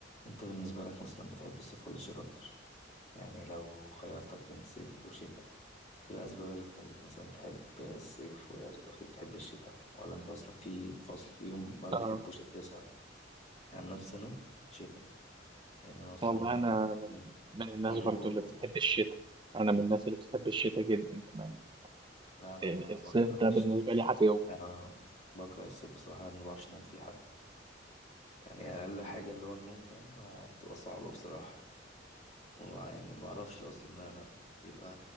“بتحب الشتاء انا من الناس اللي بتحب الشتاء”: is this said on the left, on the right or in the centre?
Right